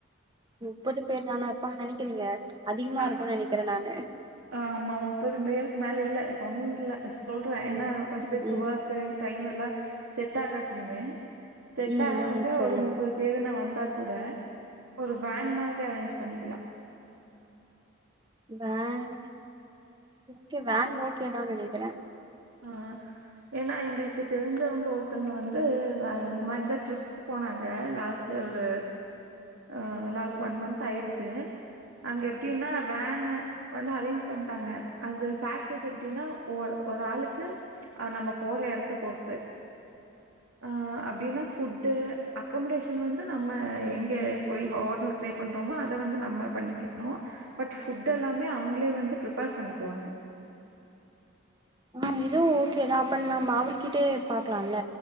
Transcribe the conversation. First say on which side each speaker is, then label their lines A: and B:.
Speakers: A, on the right; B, on the right.
A: முப்பது பேர் தானா இருப்பாங்கன்னு நெனைக்கிறீங்க அதிகமா
B: அ
A: இருக்கும்னு நெனைக்கிற நானு
B: ஆமா முப்பது பேருக்கு மேல இல்ல சொன்ல சொல்ற ஏன்னா
A: ம்
B: கொஞ்ச பேர்த்துக்கு
A: ம்
B: ஒர்க் கு டைம் எல்லா செட் ஆகட்டியுமே செட்
A: ம்
B: ஆகவங்க
A: ம் சொல்லுங்க
B: ஒரு முப்பது பேருன்னு வந்தா கூட ஒரு வேன் மாரி அரேஞ்ச் பண்ணிக்கலா
A: வேன் ஓகே வேன் ஓகேதா நெனைக்கிறே
B: ஆ ஏன்னா எங்களுக்கு தெரிஞ்சவங்க ஒருத்தங்க வந்து வே இந்த மாரிதா ட்ரிப் போனாங்க லாஸ்ட்டு ஒரு ஆ லாஸ்ட் ஒன் மந்த் ஆயிடுச்சு அங்க எப்டின்னா வேன்னு வந்து அரேஞ்ச் பண்ட்டாங்க அது பேக்கேஜ் எப்டின்னா ஒ ஒரு ஆளுக் கு அது நம்ம போற எடத்த பொறுத்து ஆ அப்டின்னா ஃபுட்டு அக்கமடேஷன் வந்து நம்ம எங்க போய் ஹோட்டல்ஸ் ட்ரை பண்றோமோ அத வந்து நம்ம பண்ணிக்கணு பட் ஃபுட் எல்லாமே அவங்களே வந்து ப்ரிப்பேர் பண்ணிக்குவாங்க
A: ஆ இதுவு ஓகேதா அப்ப நம்ம அவர்கிட்டேயே பாக்கலாம்ல